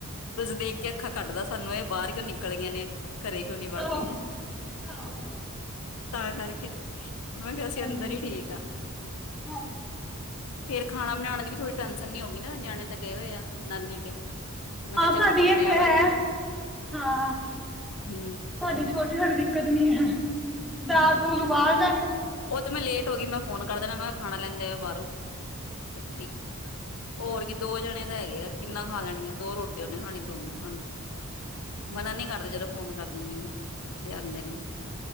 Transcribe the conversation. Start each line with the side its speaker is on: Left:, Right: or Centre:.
Left: ਦੇਖ ਕੇ ਅੱਖਾ ਕੱਢਦੈ ਸਾਨੂੰ, ਏ ਬਾਰ ਕਿਓ ਨਿਕਲ ਗਈਆਂ ਨੇ। ਘਰੇ ਕਿਓ ਨੀ ਵੜਦੀਐ।
Centre: ਆਹੋ ਆਹੋ
Left: ਤਾਂ ਕਰਕੇ ਮੈਂ ਕਿਆ, ਅਸੀਂ
Centre: ਹਾਂਜੀ
Left: ਅੰਦਰ ਈ ਠੀਕ ਆ,
Centre: ਹਾਂਜੀ
Left: ਫੇਰ ਖਾਣਾ ਬਣਾਣ ਦੀ ਵੀ ਥੋੜੀ ਟੈਸ਼ਨ ਨੀ ਹੋਗੀ ਨਾ ਨਿਆਣੇ ਤਾਂ ਗਏ ਹੋਏ ਆ। ਨਾਨੀ ਕੇ ਮੈਂ ਕਿਹਾ
Centre: ਹਾਂ,
Left: ਚਲੋ
Centre: ਸਾਡੀ
Left: ਘੁੰਮੇ
Centre: ਏਕ
Left: ਆਵਾਂਗੇ
Centre: ਹੈ, ਹਾਂ
Left: ਹਮ
Centre: ਸਾਡੀ ਛੋਟੀ-ਛੋਟੀ ਦਿੱਕਤ ਨੀ ਹੈ। ਦਾਲ- ਦੂਲ ਉਬਾਲ ਜਾਗੇਂ।
Left: ਔ ਤੇ ਮੈਂ ਲੇਟ ਹੋਗੀ ਮੈਂ ਫੋਨ ਕਰ ਦੇਣਾ ਮੈਂ ਕੈ ਖਾਣਾ ਲੈਂਦੇ ਆਯੋ ਬਾਰੋਂ। ਛੁੱਟੀ, ਹੋਰ ਕੀ ਦੋ ਜਣੇ ਤਾਂ ਹੈਗੇ ਐ। ਕਿੰਨਾ ਖਾ ਲੈਣਗੇ, ਦੋ ਰੋਟੀਆਂ ਉਹਨੇ ਖਾਣੀ, ਦੋ ਮੈਂ ਖਾਣੀ। ਮਨਾ ਨੀ ਕਰਦੇ ਜਦੋਂ ਫੋਨ ਕਰ ਦਿੰਦੀ ਆ ਲਿਆ ਦੇ ਨੇ।